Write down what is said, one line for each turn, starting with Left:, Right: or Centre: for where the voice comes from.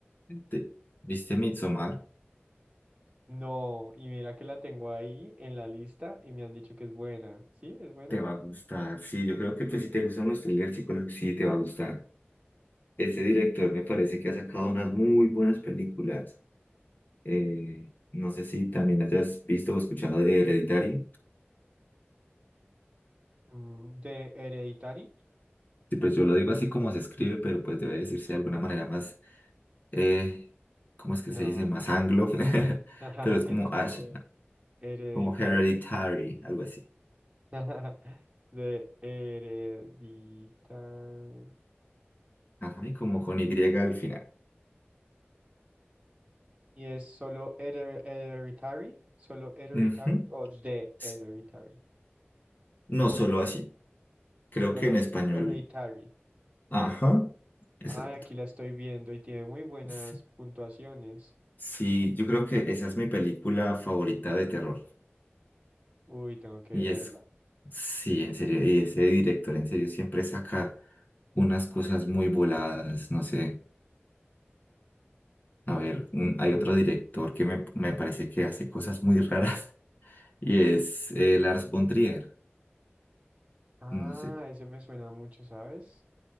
Left: ¿Te- ¿Viste Midsommar?
Right: No, y mira que la tengo ahí en la lista y me han dicho que es buena. ¿Sí? ¿Es buena?
Left: Te va a gustar, sí, yo creo que pues si te gustan los thrillers psicológicos, sí te va a gustar. Ese director me parece que ha sacado unas muy buenas películas. Eh, no sé si también hayas visto o escuchado de Hereditary.
Right: Mm, ¿De Hereditary?
Left: Sí, pues yo lo digo así como se escribe, pero pues debe decirse de alguna manera más, eh, ¿cómo es que
Right: No.
Left: se dice? Más anglo, <laughs>
Right: <laughs>
Left: pero es como Ash,
Right: De Hereditary.
Left: como Hereditary, algo así.
Right: <laughs> De Hereditary.
Left: Ajá, y como con Y al final.
Right: ¿Y es solo hered- Hereditary? ¿Solo Hereditary
Left: Ujú.
Right: o de
Left: S-
Right: Hereditary?
Left: No solo así, creo
Right: Solo
Left: que en español.
Right: he- Hereditary.
Left: Ajá, exacto.
Right: Ay, aquí la estoy viendo y tiene muy buenas
Left: Sí.
Right: puntuaciones.
Left: Sí, yo creo que esa es mi película favorita de terror.
Right: Uy, tengo que
Left: Y
Right: verla.
Left: es, sí, en serio, y ese director en serio siempre saca unas cosas muy voladas, no sé. A ver, un- hay otro director que me, me parece que hace cosas muy raras <laughs> y es eh, Lars von Trier.
Right: Ah,
Left: No sé.
Right: ese me suena mucho, ¿sabes?